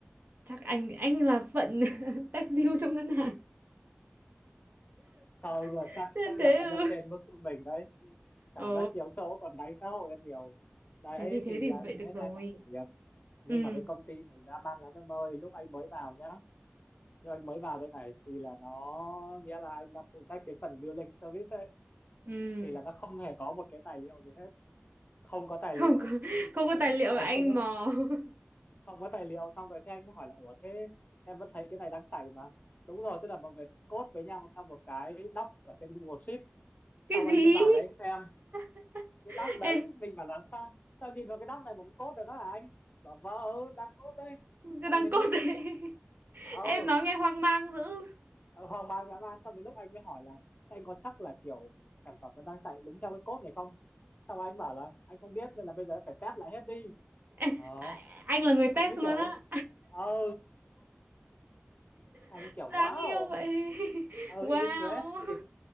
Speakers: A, on the right; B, on the left.
A: chắc anh anh là phận <laughs> tép diêu trong ngân hàng
B: không nhưng mà
A: <laughs>
B: chắc
A: nên
B: chắc
A: thế
B: là vẫn
A: ừ
B: là trên mức trung bình đấy cảm
A: ồ
B: giác chiếu số còn đánh xã hội rất nhiều đấy
A: thế thì thế
B: thì
A: thì
B: là anh
A: vậy được
B: phải hết
A: rồi
B: hai tháng thử việc nhưng
A: ừ
B: mà cái công ty này dã man lắm em ơi lúc anh mới vào nhá Nhưng anh mới vào đây này thì là nó nghĩa là anh đang phụ trách cái phần billing service ấy
A: ừ
B: thì là nó không hề có một cái tài liệu gì hết không có
A: <laughs>
B: tài
A: không
B: liệu
A: có không có
B: đấy là
A: tài liệu
B: ờ,
A: mà anh
B: không có
A: mò <laughs>
B: không có tài liệu xong rồi thế anh mới hỏi là ủa thế em vẫn thấy cái này đang xảy mà đúng rồi tức là mọi người code với nhau theo một cái doc ở trên Google Sheet
A: cái
B: xong
A: gì
B: anh mới vào đấy xem
A: <laughs>
B: cái doc đấy
A: ê
B: mình bảo là sao sao nhìn vào cái doc này mà cũng code được đó hả anh bảo vâng ừ, đang code đấy
A: cái
B: xong
A: đằng
B: đến
A: cốt
B: lúc
A: đấy <laughs>
B: ờ
A: em nói nghe hoang mang dữ
B: Ờ, hoang mang dã man xong đến lúc anh mới hỏi là "Thế anh có chắc là kiểu sản phẩm nó đang chạy đúng theo cái code này không sau anh bảo là anh không biết nên là bây giờ em phải test lại hết đi
A: ê,
B: ờ
A: à, anh là người test
B: anh mới
A: luôn
B: kiểu
A: á
B: ờ anh
A: <laughs>
B: kiểu
A: đáng
B: wow
A: yêu vậy <laughs>
B: ờ
A: wow
B: impressive